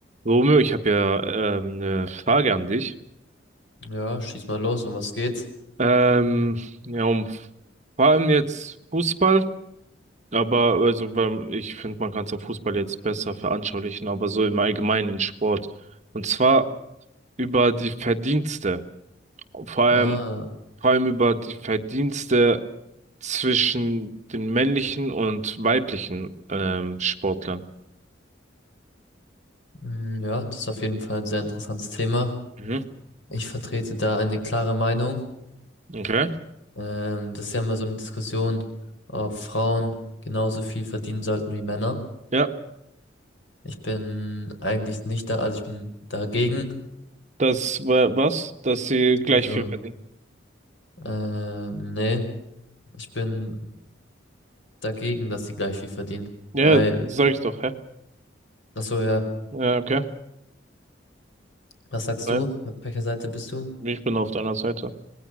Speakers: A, on the right; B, on the left.
A: Romeo, ich habe ja ähm, eine Frage an dich.
B: Ja, schieß mal los, um was geht's?
A: Ähm, ja, um vor allem jetzt Fußball, aber also beim, ich finde, man kann es auf Fußball jetzt besser veranschaulichen, aber so im Allgemeinen in Sport. Und zwar über die Verdienste. Vor allem,
B: Ah,
A: vor allem über die Verdienste zwischen den männlichen und weiblichen ähm, Sportlern.
B: mm, ja, das ist auf jeden Fall ein sehr interessantes Thema.
A: Mhm.
B: Ich vertrete da eine klare Meinung.
A: Okay.
B: Ähm, das ist ja immer so eine Diskussion, ob Frauen genauso viel verdienen sollten wie Männer.
A: Ja,
B: Ich bin eigentlich nicht da, also ich bin dagegen.
A: das war was, dass sie gleich
B: Also,
A: viel verdienen.
B: ähm, nee, ich bin dagegen, dass die gleich viel verdienen.
A: Ja,
B: Weil,
A: ja, sag ich doch, hä?
B: ach so, ja,
A: Ja, okay.
B: was sagst
A: Ja,
B: du? Auf welcher Seite bist du?
A: Ich bin auf deiner Seite.